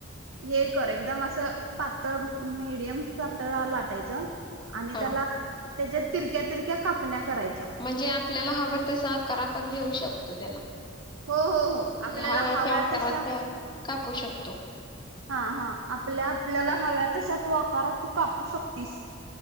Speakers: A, on the right (about 75°); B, on the left (about 20°).
A: हे कर एकदम असं पातळ, मीडियम पातळा लाटायचं आणि
B: हा
A: त्याला त्याच्या तिरक्या तिरक्या कापण्या करायच्या
B: म्हणजे आपल्याला हवं तसा आकार आपण देऊ शक तो त्याला
A: हो हो हो
B: म्हणजे
A: आपल्याला
B: हवं
A: हव्या
B: त्या आकारात
A: तशा
B: अ, कापू शकतो
A: हा हा आपल्या आपल्याला हव्या तशा तू आकारात तू कापू शकतीस